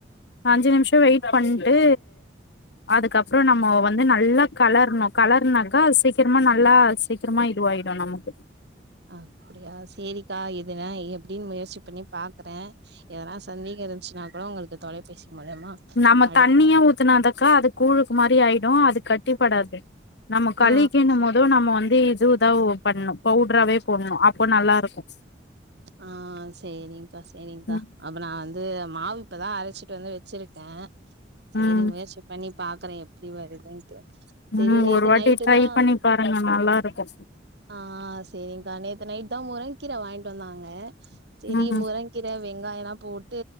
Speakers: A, on the left (about 65°); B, on the right (about 65°).
A: அஞ்ச நிமிஷோ வெய்ட் பண்ட்டு அதுக்கப்புறம் நம்மோ வந் வந்து நல்லா கலரணும் கலர்னாக்கா சீக்கிரமா நல்லா சீக்கிரமா இதுவாயிடும் நமக்கு
B: அப்டியா சேரிக்கா இதுனே எப்டின்னு முயற்சி பண்ணி பாக்குறேன் எதுனா சந்தேகம் இருந்ச்சுன்னா னா உங்களுக்கு தொலைபேசி மூலியமா
A: நம்ம
B: அழைக்கிறே
A: தண்ணியா ஊத்தினாந்தக்கா அது கூழுக்கு மாரி ஆயிடும் அது கட் ட்டிப்படாது நம்ம கழிக்கின்னும்
B: ஆ
A: போதும் நம்ம வந் இ இதுதா பண்ணும் பவுடராவே போட்ணும் அப்போ நல்லாருக்கு
B: ஆஹ் சேரிங்க்கா சேரிங்க்கா
A: ம்
B: அப்ப நா வந்து மாவ் இப்பதா அரைச்சிட்டு வந்து வச்சிருக்கே சரி
A: ம்
B: முயற்சி பண்ணி பா பாக்கறேன் எப்படி வருதுண்டு சரி
A: ம்
B: நேத்து
A: ஒரு வாட்டி
B: நைட்டு
A: ட்ரை
B: தா
A: பண்ணி பாருங்க நல்லா இருக்கு
B: ஆஹ் சரி்கா நேத்து நைட் முருக கீர வாங்கிட்டு வந்தாங்க ஆ சேரி
A: ம்
B: முருங்ககீர வெங்காயம்ல்லாம் போட்டு